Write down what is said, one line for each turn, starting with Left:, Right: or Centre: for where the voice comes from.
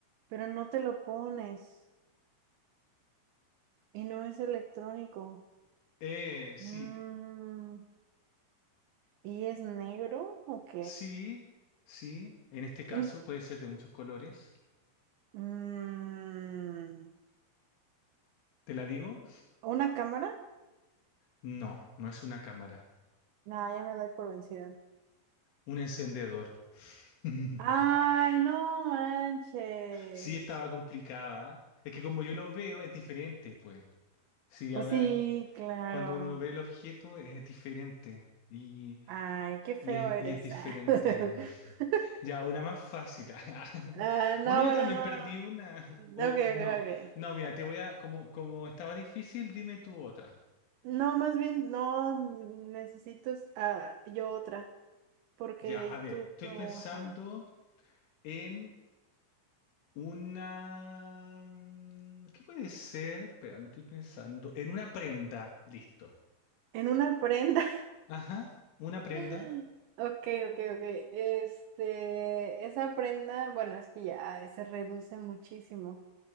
Right: pero no te lo pones y no es electrónico.
Left: Eh, sí,
Right: Mm, ¿y es negro? Ok.
Left: sí, sí. En este caso
Right: En-
Left: puede ser de muchos colores.
Right: mm,
Left: ¿Te la digo?
Right: ¿una cámara?
Left: No, no es una cámara.
Right: No, ya me doy por vencida.
Left: Un encendedor. <laughs>
Right: Ay, no manches.
Left: Sí, estaba complicada. Es que como yo lo veo, es diferente, pues. Sí,
Right: Pues
Left: ahora
Right: sí,
Left: en-
Right: claro.
Left: cuando uno ve el objeto es diferente. Y
Right: Ay, qué feo
Left: Y es,
Right: eres.
Left: y es diferente.
Right: <laughs>
Left: <laughs> Ya, una más fácil. <laughs>
Right: Ah, no,
Left: Bueno, yo
Right: bueno,
Left: también
Right: no.
Left: perdí una.
Right: Ok,
Left: O,
Right: ok,
Left: no,
Right: ok.
Left: no, mira, te voy a. Como, como estaba difícil, dime tú otra.
Right: No, más bien, no, necesito ah, yo otra, porque
Left: Ya, a ver,
Right: tú,
Left: estoy
Right: tú,
Left: pensando
Right: ajá,
Left: en una. mm, ¿Qué puede ser? Espera, me estoy pensando. En una prenda. Listo.
Right: en una prenda.
Left: Ajá, una prenda.
Right: <laughs> Ok, ok, ok. Este, esa prenda, bueno, es que ya se reduce muchísimo.